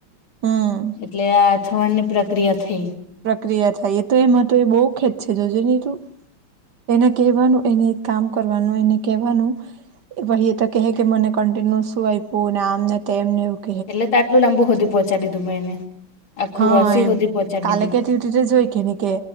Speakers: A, on the right (about 60°); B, on the left (about 80°).
A: હમ
B: એટલે આથમણ ની પ્રક્રિયા થઈ
A: પ્રક્રિયા થાય એ તો એમાં તો એ બૌ ખેદ છે જોજે ની તું એને કહેવાનું એને એક કામ કરવાનું એને કહેવાનું એ ભાઈ એ તો કહે કે મને કન્ટિન્યુ શું આપ્યુંને આમ ને તેમ નેવું
B: એટલે તો આટલું લાંબુ હોધી પહોંચાડીધું મેં એને આખું
A: હા
B: રસી
A: એમ
B: હોધી પહોંચાડી દીધું
A: <unintelligible> જોઈ કે ની કે